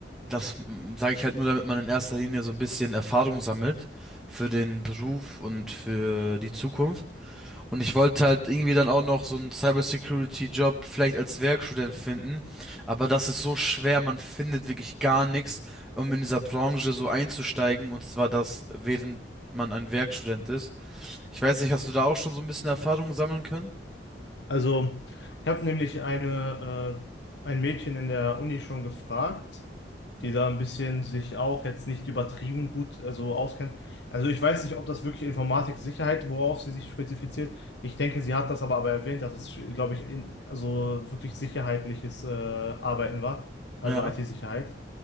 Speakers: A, in the centre; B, on the left (about 75°).
A: das mm, sage ich halt nur, damit man in erster Linie so ein bisschen Erfahrung sammelt für den Beruf und für die Zukunft. Und ich wollte halt irgendwie dann auch noch so einen Cybersecurity-Job vielleicht als Werkstudent finden, aber das ist so schwer, man findet wirklich gar nichts, um in dieser Branche so einzusteigen und zwar das, während man ein Werkstudent ist. Ich weiß nicht, hast du da auch schon so ein bisschen Erfahrung sammeln können?
B: Also, ich habe nämlich eine, äh, ein Mädchen in der Uni schon gefragt, die da ein bisschen sich auch jetzt nicht übertrieben gut, also auskennt. Also ich weiß nicht, ob das wirklich Informatik-Sicherheit, worauf sie sich spezifiziert. Ich denke, sie hat das aber, aber erwähnt, dass es, glaube ich, in, also wirklich sicherheitliches äh, Arbeiten war, also
A: Ja.
B: IT-Sicherheit.